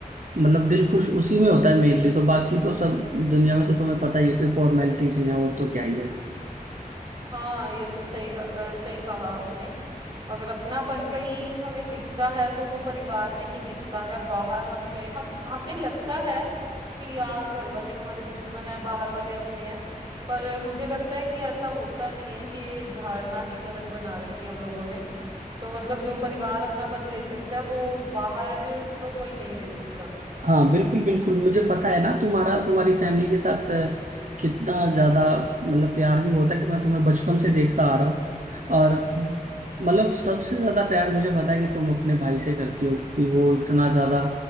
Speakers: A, on the right; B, on the right.
A: मतलब दिल खुश उसी में होता है मेनली तो बाकी तो सब दुनिया में तो तुम्हें पता ही है कि फॉर्मेलिटीज ही हैं और तो क्या ही है
B: हाँ ये तो सही अ, सही कहा आपने अगर अपनापन कहीं हमें दिखता है तो वो परिवार में ही दिखता है बाहर हम कहीं हम हमें लगता है कि यार घर वाले हमारे दुश्मन है बाहर वाले अपने हैं पर मुझे लगता है कि ऐसा होता नहीं है ये धारणा ही गलत बना रखी है हम लोगों ने तो मतलब जो परिवार अपनापन दे सकता है वो बाहर तो कोई नहीं दे सकता
A: हाँ बिल्कुल बिल्कुल मुझे पता है ना तुम्हारा तुम्हारी फैमिली के साथ अ, कितना ज्यादा मतलब प्यार भी होता है कि मैं तुम्हें बचपन से देखता आ रहा हूँ और मतलब सबसे ज्यादा प्यार मुझे पता है कि तुम अपने भाई से करती हो कि वो इतना ज्यादा